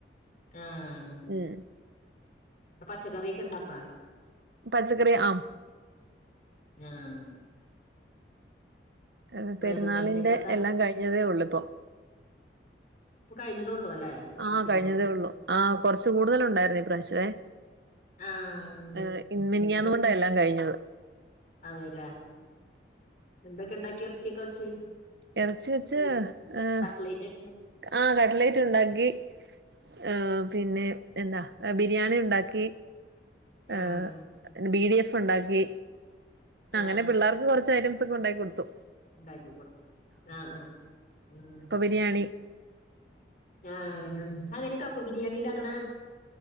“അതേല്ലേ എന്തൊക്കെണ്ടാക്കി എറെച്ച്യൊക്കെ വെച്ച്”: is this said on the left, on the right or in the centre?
Left